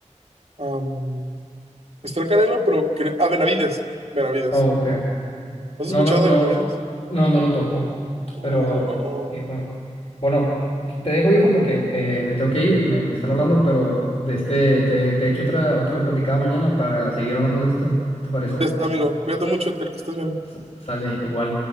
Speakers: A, on the right; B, on the left.
A: Am, Está el Canelo, pero... cre- Ah, Benavides. Benavides.
B: oh, ok.
A: ¿Has
B: No,
A: escuchado
B: no, no,
A: de Benavides?
B: no, no lo topo.
A: Uh,
B: Pero,
A: no.
B: viejo, bueno, te dejo, viejo, porque eh, me tengo que ir, me, me están hablando, pero de este, te, te echo otra, otra platicada mañana para seguir hablando de esto. ¿Qué te parece?
A: Ya está, amigo. Cuídate mucho, Edgar, que estés bien.
B: S- sale igual.